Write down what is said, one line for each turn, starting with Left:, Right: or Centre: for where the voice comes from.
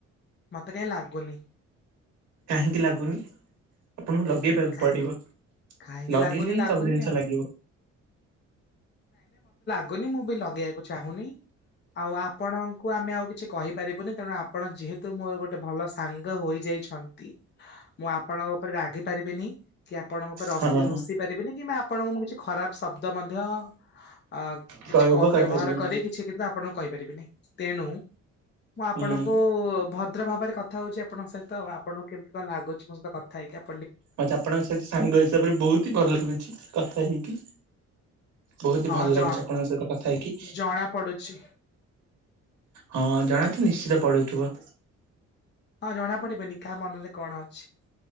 Left: ମତେ କାଇଁ ଲାଗୁନି।
Right: କାହିଁକି ଲାଗୁନି? ଆପଣଙ୍କୁ ଲଗେଇବାକୁ
Left: କାହିଁ
Right: ପଡିବ
Left: କାହିଁକି
Right: ଲଗେଇଲେ
Left: ଲାଗୁନି
Right: ହିଁ
Left: ଲାଗୁନି
Right: ସବୁ ଜିନିଷ
Left: ଆଉ
Right: ଲାଗିବ।
Left: ଗୁନି ମୁଁ ବି ଲଗେଇବାକୁ ଚାହୁଁନି ଆଉ ଆପଣଙ୍କୁ ଆମେ ଆଉ କିଛି କହିପାରିବୁନି ତେଣୁ ଆପଣ ଯେହେତୁ ମୋର ଗୋଟେ ଭଲ ସାଙ୍ଗ ହୋଇଯାଇଛନ୍ତି ମୁଁ ଆପଣଙ୍କ ଉପରେ ରାଗି ବିନି କି ଆପଣଙ୍କ ଉପରେ ରସି
Right: ହଁ
Left: ଋଷି ପାରିବିନି କିମ୍ବା ଆପଣଙ୍ଙ୍କୁ କିଛି ଖରାପ ଶବ୍ଦ ମଧ୍ୟ ଅ କିଛି
Right: ପ୍ରୟୋଗ
Left: କ
Right: କରିପାରିବେ
Left: ବ୍ୟବହାର କରି
Right: ନାହିଁ
Left: କିଛି କିନ୍ତୁ ଆପଣଙ୍କୁ କହିପାରିବିନି ତେଣୁ ମୁଁ ଆପଣଙ୍କୁ
Right: ହୁଁ।
Left: ଭ ଦ୍ର ଭାବରେ କଥା ହଉଚି ଆପଙ୍କ ସହିତ ଆପଣ କେମିତି କଣ ଲାଗୁଛି ମୋ ସହିତ କଥା ହେଇକି ଆପ
Right: ମତେ ଆପଣଙ୍କ ସହିତ ସାଙ୍ଗ ହିସାବରେ ବହୁତ ହି ଭଲ ଲାଗୁଛି କଥା ହେଇକି। ବହୁତ
Left: ହଁ
Right: ହି ଭଲ
Left: ଜଣା
Right: ଲାଗୁଛି ଆପଣଙ୍କ ସହିତ କଥା ହେଇକି
Left: ଜଣା ପଡୁଛି
Right: ହଁ ଜଣାନ୍ତୁ ନିଶ୍ଚିତ ପଡୁଥିବ।
Left: ହଁ ଜଣା ପଡିବନି କାହା ମନରେ କଣ ଅଛି?